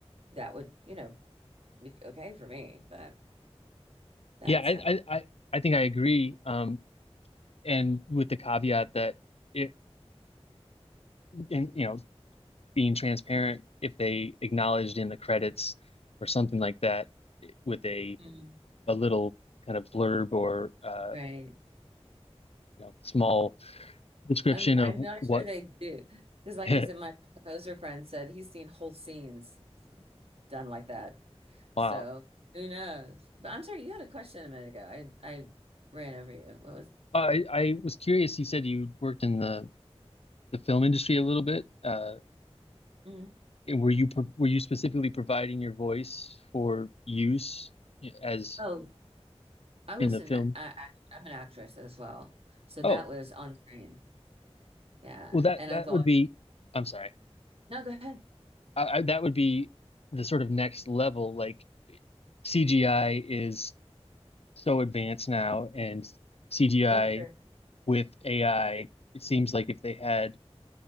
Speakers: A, on the right (about 60°); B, on the left (about 65°).
A: that would, you know, be okay for me, but that's
B: yeah. I,
A: um
B: I I I think I agree. Um, and with the caveat that it, and you know, being transparent, if they acknowledged in the credits or something like that eh, with a
A: Mm.
B: a little kind of blurb or uh,
A: right.
B: you know, small description
A: I'm
B: of
A: I'm not
B: what.
A: sure they do. Because like
B: <laughs>
A: I said, my composer friend said he's seen whole scenes done like that.
B: Wow.
A: So who knows? But I'm sorry, you had a question a minute ago. I I ran over you. What was
B: Uh, I, I was curious. You said you worked in the, the film industry a little bit. Uh,
A: Mhm.
B: and were you pro- were you specifically providing your voice for use as
A: Oh, I was
B: in the
A: an
B: film?
A: I, I'm an actress as well. So
B: Oh,
A: that was on screen. Yeah.
B: well that
A: And
B: that
A: I've always
B: would be. I'm sorry.
A: no, go ahead.
B: I, I, that would be the sort of next level. Like CGI is so advanced now, and CGI
A: Oh, true.
B: with AI. It seems like if they had